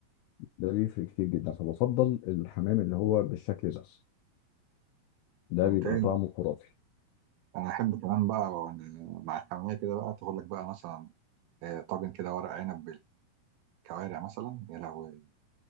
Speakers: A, on the left (about 85°); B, on the right (about 80°).
A: ده بيفرق كتير جدا فبفضل الحمام اللي هو بالشكل ده ده
B: ممتاز
A: بيبقى طعمه خرافي
B: انا احب كمان بقى وأنا مع الحماميه كده بقى تاخد لك بقى مثلا آه، طاجن كده ورق عنب بالكوارع مثلا يا لهوي